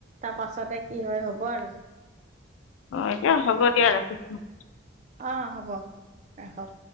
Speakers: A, on the right; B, on the left.
A: তাৰ পাছতে কি হয় হ'ব আৰু
B: অ এতিয়া হ'ব দিয়া ৰাখিছো।
A: অ হ'ব ৰাখক